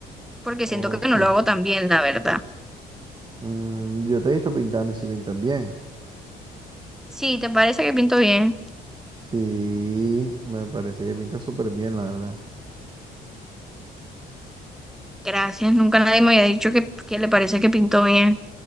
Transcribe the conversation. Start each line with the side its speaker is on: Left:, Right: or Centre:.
Centre: porque
Right: Ok.
Centre: siento que no lo hago tan bien, la verdad.
Right: Mm, yo te he visto pintando y si pintas bien.
Centre: Sí, ¿te parece que pinto bien?
Right: Sí, me parece que pintas súper bien, la verdad.
Centre: Gracias, nunca nadie me había dicho que, que le parece que pintó bien.